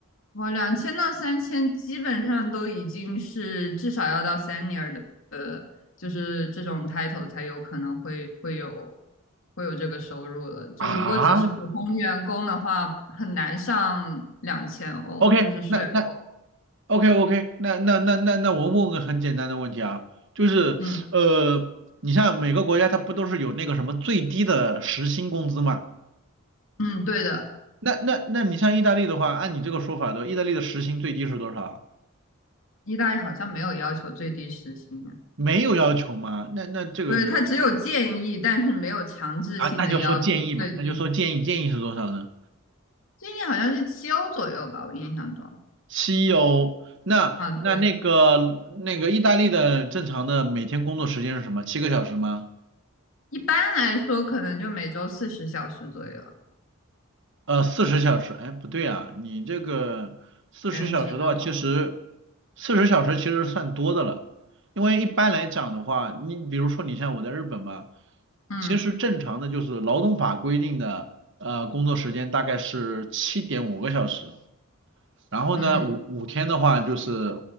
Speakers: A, on the left (about 65°); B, on the right (about 60°).
A: 哇，两千到三千基本上都已经是至少要到 senior 的，呃就是这种 title 才有可能会会有会有这个收入了。就如果只是普通员工的话，
B: 啊。
A: 很难上两千欧，
B: OK，
A: 就是税后。
B: 那那 OK OK，那那那那那我问个很简单的问题啊，就是呃，
A: 嗯
B: 你像每个国家它不都是有那个什么最低的时薪工资嘛？
A: 嗯，对的，
B: 那那那你像意大利的话，按你这个说法的，意大利的时薪最低是多少啊
A: 意大利好像没有要求最低时薪啊
B: 没有要求吗？那那这个
A: 对，他它只有建议，但是没有强制性的要求最低。
B: 啊，那就说建议嘛，那就说建议，建议是多少呢？
A: 建议好像是七欧左右吧，我印象中。
B: 七欧。那那那个那个意大利的正常的每天工作时间是什么？
A: 啊，对。
B: 七个小时吗？
A: 一般来说可能就每周四十小时左右，
B: 呃，四十小时？哎，不对啊，你这个四十小时的话，
A: 全职的话，
B: 其实四十小时其实算多的了，因为一般来讲的话，你比如说你像我在日本吧，
A: 嗯
B: 其实正常的就是劳动法规定的呃工作时间大概是七点五个小时。然后呢，
A: 嗯
B: 五五天的话就是